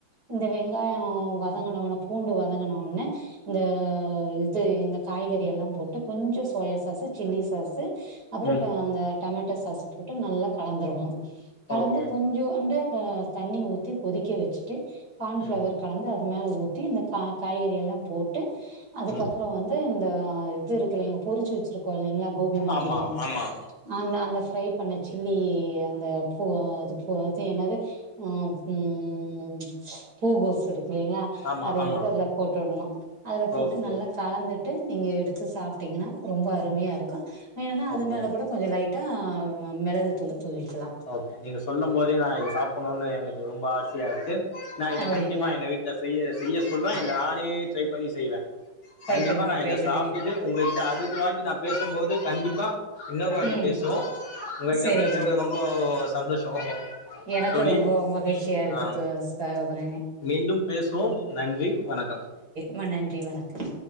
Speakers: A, on the right; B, on the left.
A: இந்த வெங்காயோ வதங்குன வொன்ன பூண்டு வதங்கின ஒன்னே இந்த இது இந்த காய்கறி எல்லா போட்டு கொஞ்ச சோயா சாசு சில்லி சாசு அப்புறோ
B: ம்
A: அ அந்த டொமேட்டோ சாசு போட்டு நல்லா கலந்துரணு கலந்து
B: ஓகே
A: கொஞ்சோண்டு அ தண்ணி ஊத்தி கொதிக்க வெச்சுட்டு கார்ன்ஃப்ளவர்
B: ம்
A: கலந்து அது மேல ஊத்தி இந்த கா காய்கறி யெல்லா போட்டு அதுக்கப்புறோ
B: ம்
A: வந்து இந்த இது இருக்குல்லைங் பொரிச்சு வெச்சிருக்கோ இல்லைங்ளா கோபி மஞ்சூரியன்
B: ஆமா ஆமா
A: அந்த அந்த ஃப்ரை பண்ண சில்லி அந்த பூ இ பூ இது என்னது ம் ம் பூக்கோசு இருக்குல்லைங்ளா
B: ஆமா
A: அத
B: ஆமா
A: எடுத்து அதுல போட்டுட்ணு அதுல போட்டு
B: ஓகே
A: நல்லா கலந்துட்டு நீங்க எடுத்து சாப்பிட்டிங்கனா ரொம்ப அருமையா இருக்கு வேனுன்னா அது
B: ஓகே
A: மேலக் கூடோ கொஞ்ச லைட்டா மெளகுத்தூளு தூவிக்கலா
B: ஓகே நீங்க சொல்லும் போதே நா இத சாப்பணுனு எனக்கு ரொம்ப ஆசையா இருக்கு நா இத
A: அப்டிங்களா
B: கண்டிப்பா எங்க வீட்ல செய்ய செய்ய சொல்ற இல்ல நானே ட்ரைப் பண்ணி செய்வே
A: ட்ரை
B: கண்டிப்பா
A: பண்ணுங்க
B: நா
A: ட்ரை
B: இத
A: பண்ணுங்க
B: சாப்பிட்டு உங்ககிட்ட அடுத்த வாட்டி நா பேசும்போது கண்டிப்பா இன்னொரு வாட்டி
A: ம்
B: பேசுவோ உங்ககிட்ட
A: செரிங்க
B: பேசினதுல ரொம்ப சந்தோஷோ
A: எனக்கு
B: தோழி
A: ரொம்ப மகிழ்ச்சியா இருக்குது
B: ஆ
A: சசோதரனே
B: மீண்டும் பேசுவோம் நன்றி வணக்கம்
A: ம்ப நன்றி வணக்கம்